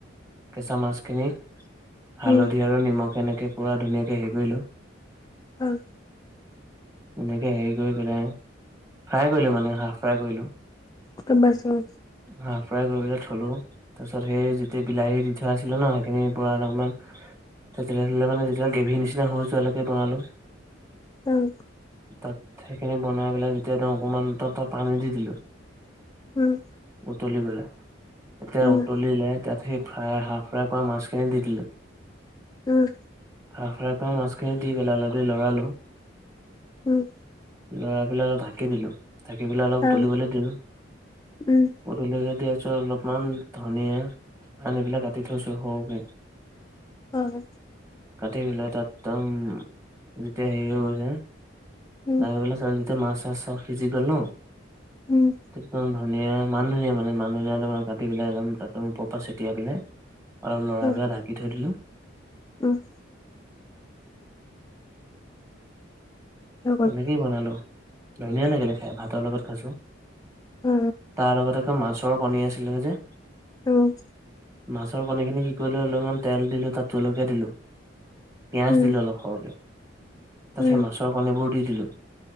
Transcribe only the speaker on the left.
উম
অ'
<unintelligible> গম পাইছোঁ।
উম'
উম'
উম
উম'
উম'
অ
উম
হয়।
উম
উম'
অ
উম' হৈ গ'ল
অ
উম'
উম
উম